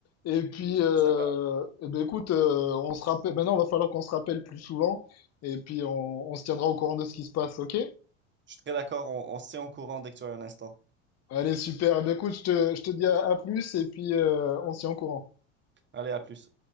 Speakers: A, on the left (about 45°); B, on the right (about 30°).
A: Et puis, euh,
B: C'est sympa.
A: eh ben, écoute, euh, on se rappelle. Maintenant, il va falloir qu'on se rappelle plus souvent. Et puis, on, on se tiendra au courant de ce qui se passe, ok?
B: Je suis très d'accord, on, on se tient au courant dès que tu as un instant.
A: Allez, super. Eh ben, écoute, je te, je te dis à, à plus. Et puis, euh, on se tient au courant.
B: Allez, à plus.